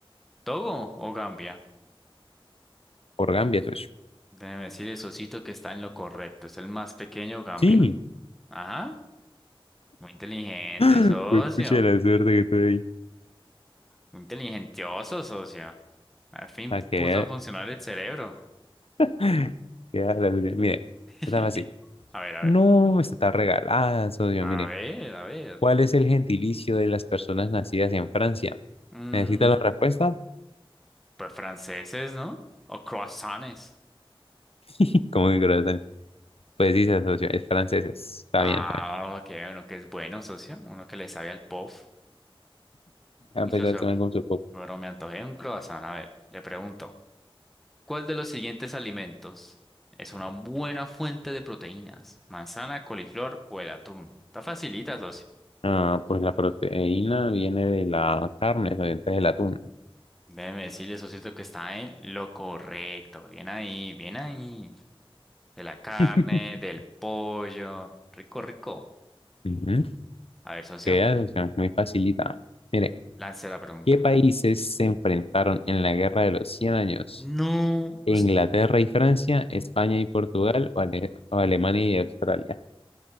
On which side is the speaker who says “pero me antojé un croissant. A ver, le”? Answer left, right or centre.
Centre